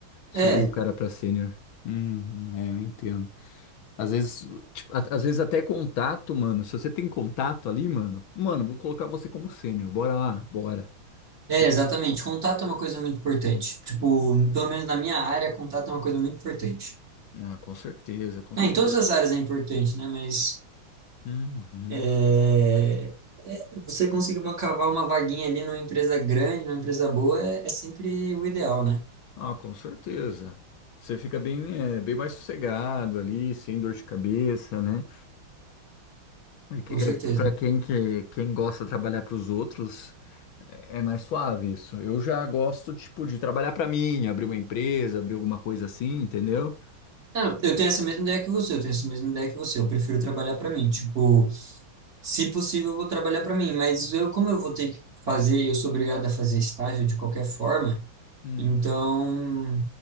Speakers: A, on the left (about 75°); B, on the right (about 35°).
A: Subir
B: É,
A: o cara pra sênior. Hum, é, eu entendo. Às vezes, Tipo, a- às vezes até contato, mano. Se você tem contato ali, mano, mano, vou colocar você como sênior. Bora lá, bora.
B: é,
A: Tem-
B: exatamente. Contato é uma coisa muito importante. Tipo, pelo menos na minha área, contato é uma coisa muito importante.
A: Ah, com certeza, com
B: É,
A: certeza.
B: em todas as áreas é importante, né? Mas.
A: Uhum.
B: É, Você conseguir uma- cavar uma vaguinha ali numa empresa grande, numa empresa boa, é, é sempre o ideal, né?
A: Ah, com certeza. Você fica bem, é, bem mais sossegado ali, sem dor de cabeça, né? E que-
B: Com
A: é,
B: certeza.
A: Pra quem que quem gosta de trabalhar pros outros, é é mais suave isso. Eu já gosto, tipo, de trabalhar pra mim, abrir uma empresa, abrir alguma coisa assim, entendeu?
B: Ah, Eu tenho essa mesma ideia que você, eu tenho essa mesma ideia que você. Eu prefiro trabalhar para mim. Tipo, se possível, eu vou trabalhar para mim, mas eu, como eu vou ter que fazer, eu sou obrigado a fazer estágio de qualquer forma,
A: Hum,
B: então